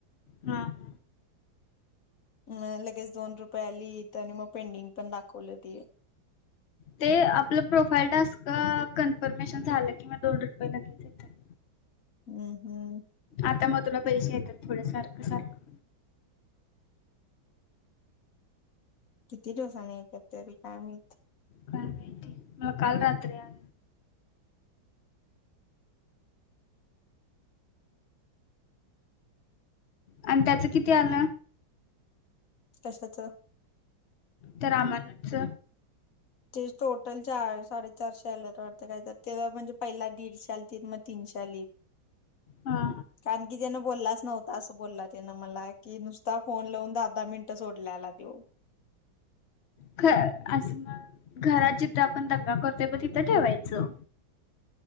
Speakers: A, on the left; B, on the left.
A: हां
B: ह लगेच दोन रुपये आली तर आणि मग पेंडिंग पण दाखवलं ते
A: ते आपलं प्रोफाईल टास्क कन्फर्मेशन झालं की म दोन रुपये लगेच येतेत
B: हम्म, हम्म
A: आता मग तुला पैसे येतात थोडं सारखं, सारखं
B: किती दिवसांनी येत्यात काय माहिती
A: काय माहित काल रात्री आलं आणि त्याचं किती आल
B: तशाच
A: तर आमानतच
B: ते टोटल चार साडेचारशे आलेत वाटतं काय तर ते म्हणजे पहिला दीडशे आलीतत मग तीनशे आलीत
A: हा
B: कारण की त्यानं बोललाच नव्हता असं बोलला त्यानं मला की नुसता फोन लावून दहा, दहा मिनिटं सोडलेला त्यो
A: ख असं मग घरात जिथं आपण दंगा करतोय ब तिथं ठेवायचं